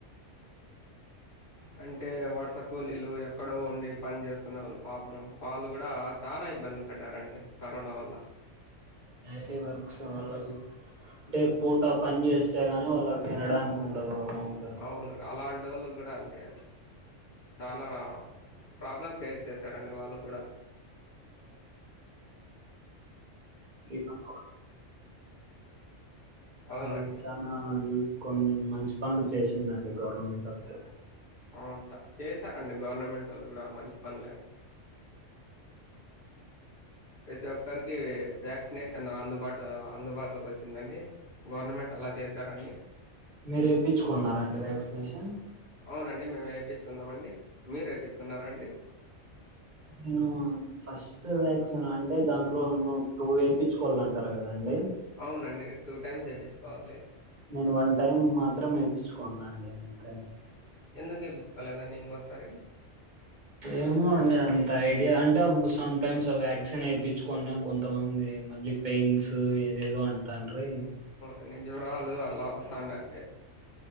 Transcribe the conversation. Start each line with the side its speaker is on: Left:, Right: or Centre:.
Left: అంటే వర్స కూలీలు ఎక్కడో ఉండి పని చేసుకున్న వాళ్ళు పాపం వాళ్ళు కూడా చానా ఇబ్బంది పడ్డారండి కరోనా వల్ల
Right: డైలీ వర్క్స్ వాళ్ళకి అంటే పూట పని చేస్తే గాని వాళ్ళకి తినడానికి ఉండదు అమౌంట్
Left: అవును అలాంటి ఆటో వాళ్ళకి కూడా అంటే చాలా ప్రాబ్లమ్ ఫేస్ చేస్త స రండి వాళ్ళు కూడా
Right: ఇ <unintelligible>
Left: అవునండి
Right: అలా చనా కొన్ని మంచి పనులు చేసిందండి గవర్నమెంట్ అప్పుడు
Left: అవును చేశారంండి గవర్నమెంట్ వాళ్ళు కూడా మంచి పనలే ప్రతి ఒక్కరికి వ్యాక్సినేషన్ అందుబాటు అందుబాటులోకి వచ్చిందండి గవర్నమెంట్ అలా చేశారంండి
Right: మీరు ఏపిచ్చుకున్నారా అండి వ్యాక్సినేషన్
Left: అవునండి మేము ఏపిచ్ఛుకున్నామండి ఏపిచ్చుకున్నారా అండి
Right: నేను ఫస్ట్ వ్యాక్సిన్ అంటే దానిట్లో ను టూ ఏపిచ్చుకోవలనంటారు కదా అండీ
Left: అవునండి టూ టైమ్స్ వేయించుకోవాలి
Right: నేను వన్ టైం మాత్రం ఏపి తెప్పించుకున్నాండి అంతే
Left: ఎందుకేప్పిచ్ఛుకోలేదండి ఇంకోసారి
Right: ఏమో అండి అంత ఐడియా అంటే అప్పుడు సంటైమ్స్ ఆ వ్యాక్సిన్ వేపిఛ్చుకున్నా కొంతమంది మళ్ళీ పెయిన్స్ ఏదేదో అంటాను ంట <unintelligible>
Left: అన్ని జ్వరాలు అలా వస్తాండా అండి